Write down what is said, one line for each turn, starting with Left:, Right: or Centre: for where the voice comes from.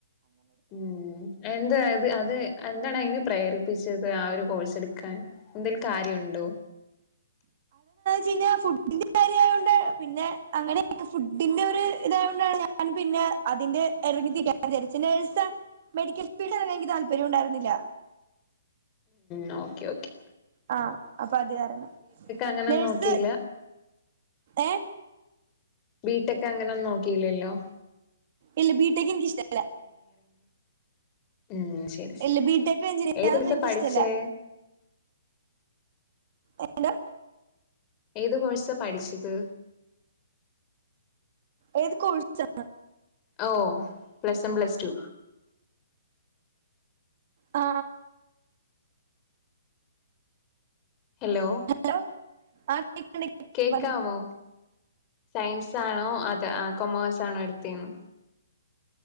Left: ഉം എന്താ ഇത് അത് എന്താണ് അതിന് പ്രേരിപ്പിച്ചത് ആ ഒരു കോഴ്സ് എടുക്കാൻ എന്തെങ്കിലും കാര്യോണ്ടോ
Right: ജിനെ ഫുഡിന്റെ കാര്യയോണ്ട് പിന്നെ അങ്ങനെയെ ഫുഡിന്റെ ഒരു ഇതായൊണ്ടാണ് ഞാൻ പിന്നെ അതിന്റെ ഇറങ്ങിതിരിക്ക വിചാരിച്ച് നെഴ്സാ മെഡിക്കൽ ഫീൽഡ് എറങ്ങാൻ എനിക്ക് താല്പര്യ ഉണ്ടായിരുന്നില്ല
Left: നോക്കേ ഓക്കേ
Right: ആ ഹ പത് കാരണം
Left: അങ്ങനൊന്നും
Right: നഴ്സ്
Left: നോക്കിയില്ല
Right: ഏ
Left: ബീടെക്ക് അങ്ങനൊന്ന് നോക്കീലല്ലോ
Right: ഇല്ല ബീട്ടെക്ക്ന ഇഷ്ട ഇല്ല
Left: ഉം ശരി ശരി
Right: ഇല്ല ബി ടെക് ഞ്ചിഅഒന്നും
Left: ഏത് കോഴ്സാ
Right: ഇൻക്
Left: പഠിച്ചേ
Right: ഇഷ്ടല്ല എടാ
Left: ഏത് കോഴ്സാ പഠിച്ചത്
Right: ഏത് കോഴ്സാ
Left: ഓ പ്ലസ് വൺ പ്ലസ് ടു
Right: ആ
Left: ഹലോ
Right: ഹലോ ആ കേൾക്കുന്നുണ്ട് കേൾക്കുന്നുണ്ട്
Left: കേക്കാമോ
Right: പറഞ്ഞു.
Left: സയൻസാണോ അത് ആഹ് കൊമേഴ്സ് ആണോ എടുത്തെന്ന്